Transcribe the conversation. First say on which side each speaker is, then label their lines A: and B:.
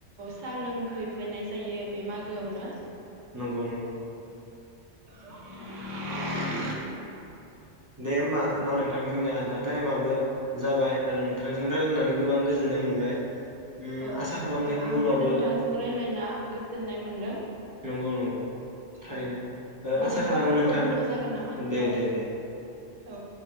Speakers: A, on the right; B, on the right.
A: सा लोंहैफैनाय जायो बे मागोआवनो
B: नंगौ नंगौ
A: ए
B: दे होमबा ना नोंथांजोंनिया दा टाइमाबो जाबाय ओ नोंथांजों रायजलायनानै गोबां गोजोननाय मोनबाय। उम
A: औ
B: आसा खालामो
A: नोंथां
B: इयुनावबो
A: आंबो नोंथांजों रायलायना गोजोननाय मोनदों
B: नंगौ नंगौ थारैनो
A: औ
B: ओ
A: बिदिब्ला
B: आसा खालामो
A: कलखौ
B: नोंथां
A: दोन्थ जागोन। नामा
B: दे
A: औ
B: दे दे
A: औ